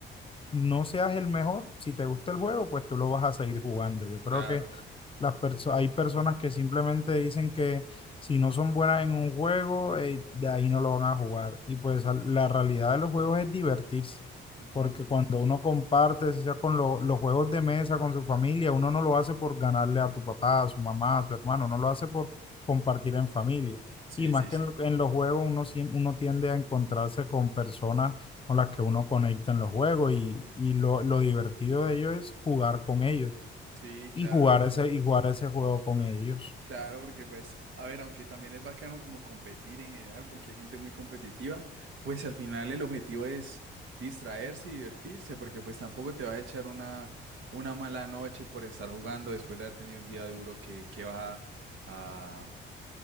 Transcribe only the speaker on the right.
claro.
ujú.
Sí,
sí,
sí.
Sí,
claro,
porque,
claro, porque pues, a ver, aunque también es bacano como competir en general, porque hay gente muy competitiva, pues al final el objetivo es distraerse y divertirse, porque pues tampoco te vas a echar una, una mala noche por estar jugando después de haber tenido un día duro que, que vas a,